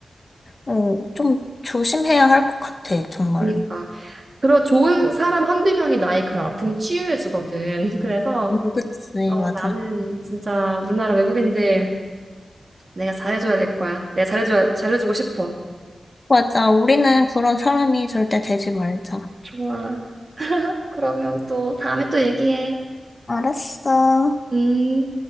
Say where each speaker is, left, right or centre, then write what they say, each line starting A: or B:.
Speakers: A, on the left; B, on the right.
A: 어, 좀 조심해야 할 것 같아, 정말로.
B: 그러니까. 그리고 좋은 사람 한두 명이 나의 그런 아픔을 치유해주거든. <laughs> 그래서
A: 어, 그치,
B: 어,
A: 맞아.
B: 나는 진짜 우리나라 외국인들 내가 잘해줘야 될 거야. 내가 잘해줘야, 잘해주고 싶어.
A: 맞아. 우리는 그런 사람이 절대 되지 말자.
B: 좋아. 그러면 또 다음에 또 얘기해.
A: 알았어.
B: 음.